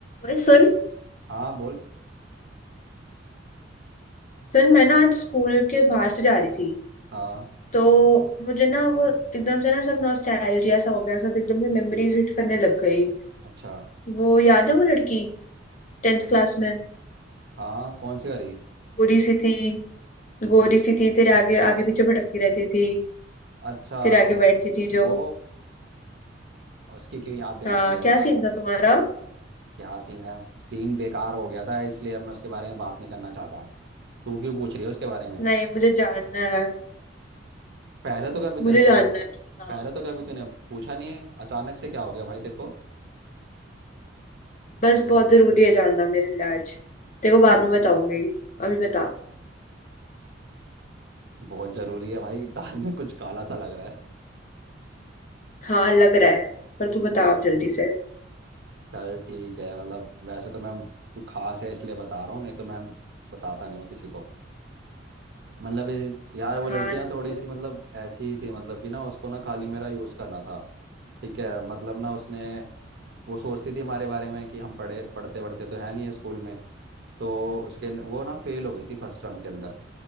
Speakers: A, on the left (about 40°); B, on the right (about 60°).
A: ओए सुन
B: हाँ बोल
A: सुन मैं ना आज स्कूल के बाहर से जा रही थी
B: हाँ
A: तो मुझे ना वो एकदम से ना सब नॉस्टैल्जिया सा हो गया सब एकदम से मेमोरीज हिट करने लग गई
B: अच्छा
A: वो याद है वो लड़की टेंथ क्लास में
B: हाँ कौन सी वाली
A: गोरी सी थी गोरी सी थी तेरे आगे आगे पीछे भटकती रहती थी
B: अच्छा
A: तेरे आगे बैठती थी
B: वो
A: जो
B: उसकी क्यों याद दिला
A: हाँ
B: रही है
A: क्या
B: यार
A: सीन था तुम्हारा
B: क्या सीन है सीन बेकार हो गया था इसलिए अब मैं उसके बारे में बात नहीं करना चाहता तू क्यों पूछ रही है उसके बारे में
A: नहीं मुझे जानना है
B: पहले तो कभी तूने
A: मुझे
B: जान
A: जानना है तू बता
B: पहले तो कभी तूने पूछा नहीं है अचानक से क्या हो गया भाई तेरे को
A: बस
B: मुझे
A: बहुत जरूरी है जानना मेरे लिए आज तेरे को बाद में बताऊंगी अभी बता
B: बहुत ज़रूरी है भाई <laughs> दाल में कुछ काला सा लग रहा है
A: हाँ लग रहा है पर तू बता आप जल्दी से
B: चल ठीक है मतलब वैसे तो मैं तू खास है इसलिए बता रहा हूँ नहीं तो मैं बताता नहीं हूँ किसी को मतलब ये- यार वो
A: हाँ
B: लड़की ना
A: ना
B: थोड़ी
A: बोला
B: सी मतलब ऐसी ही थी मतलब कि ना उसको ना खाली मेरा यूज़ करना था ठीक है मतलब ना उसने वो सोचती थी हमारे बारे में कि हम पढ़े पढ़ते पढ़ते तो है नहीं है स्कूल में तो उसके न- वो ना फेल हो गई थी फर्स्ट टर्म के अंदर